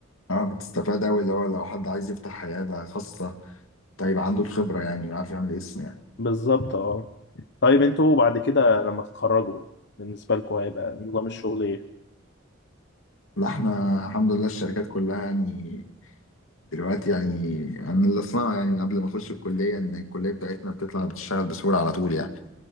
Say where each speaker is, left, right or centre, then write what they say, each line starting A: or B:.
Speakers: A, on the left; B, on the left.
A: اه بتستفاد اوي اللي هو لو حد عايز يفتح حياة خاصة طيب عنده الخبرة يعني ويعرف يعمل اسم يعني
B: بالظبط اه طيب انتوا بعد كده لما تتخرجوا بالنسبة لكم هيبقى نظام الشغل ايه؟
A: لا احنا الحمد لله الشركات كلها يعني دلوقتي يعني انا اللي اسمعه يعني من قبل ما اخش الكلية ان الكلية بتاعتنا بتطلع بتشتغل بسهولة على طول يعني